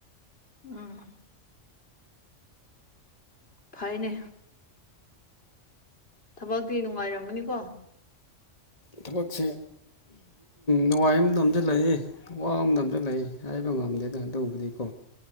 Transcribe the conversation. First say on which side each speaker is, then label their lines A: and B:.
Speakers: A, on the left; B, on the left.
A: ꯎꯝ ꯐꯥꯏꯅꯦ ꯊꯕꯛꯇꯤ ꯅꯨꯡꯉꯥꯏꯔꯝꯒꯅꯤꯀꯣ
B: ꯊꯕꯛꯁꯦ ꯅꯨꯡꯉꯥꯏꯕ ꯑꯃ ꯅꯝꯁꯤꯜꯂꯛꯏ ꯋꯥ ꯑꯃꯗ ꯑꯃꯁꯝꯁꯨ ꯂꯩ ꯍꯥꯏꯕ ꯉꯝꯗꯦꯗ ꯑꯗꯨꯕꯨꯗꯤꯀꯣ